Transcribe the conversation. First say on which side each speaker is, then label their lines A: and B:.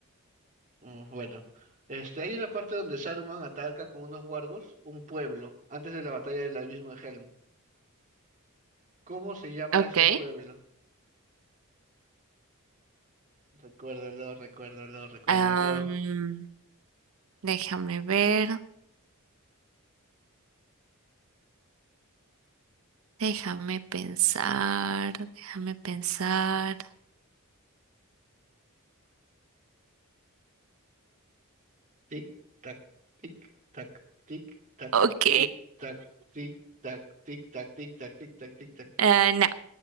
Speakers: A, on the right (about 35°); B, on the right (about 65°).
A: Mm, bueno. Este, hay una parte donde Saruman ataca con unos wargos un pueblo antes de la batalla del abismo de Helm. ¿Cómo se llama
B: Ok.
A: ese pueblo? Recuérdalo, recuérdalo, recuérdalo.
B: Am, déjame ver, déjame pensar, déjame pensar.
A: Tic, tac, tic, tac, tic, tac,
B: Ok.
A: tic, tac, tic, tac, tic, tac, tic, tac, tic, tac, tic, tac.
B: Ah, no,